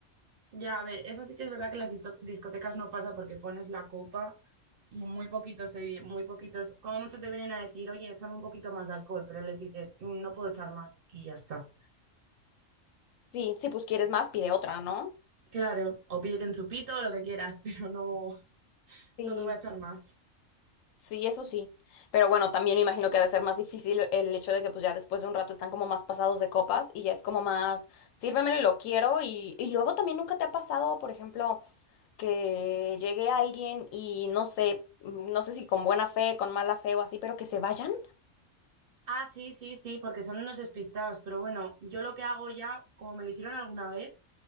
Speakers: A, on the right (about 55°); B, on the left (about 85°).
A: Ya, a ver, eso sí que es verdad que en las disto- discotecas no pasa porque pones la copa y muy poquitos te vi- muy poquitos, como mucho te vienen a decir, oye, échame un poquito más de alcohol, pero les dices, "Mm, no puedo echar más y ya está.
B: Sí, si pues quieres más, pide otra, ¿no?
A: Claro, o pídete un chupito o lo que quieras, <laughs> pero no,
B: Sí.
A: no te voy a echar más.
B: Sí, eso sí. Pero bueno, también me imagino que ha de ser más difícil el hecho de que pues ya después de un rato están como más pasados de copas y ya es como más, sírvemelo y lo quiero. Y, y luego también nunca te ha pasado, por ejemplo, que llegue alguien y no sé, mm, no sé si con buena fe, con mala fe o así, pero que se vayan.
A: Ah, sí, sí, sí, porque son unos despistados, pero bueno, yo lo que hago ya, como me lo hicieron alguna vez,